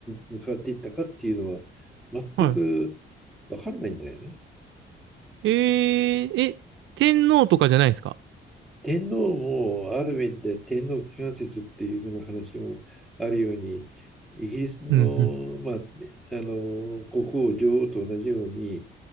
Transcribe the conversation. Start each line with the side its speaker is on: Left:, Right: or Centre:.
Centre: 向かっていったかっていうのは全く
Right: は
Centre: 分かんないんだよね。
Right: い。えー、え、天皇とかじゃないですか
Centre: 天皇もある面で天皇機関説っていうふうな話もあるようにイギリスの、
Right: うん。うん。
Centre: まあ、あの国王女王と同じように